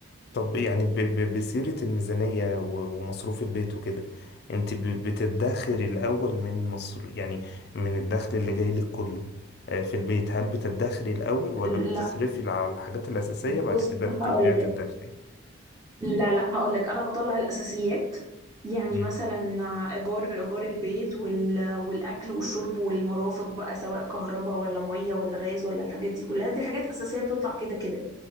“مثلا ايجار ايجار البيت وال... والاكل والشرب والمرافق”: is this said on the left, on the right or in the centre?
Right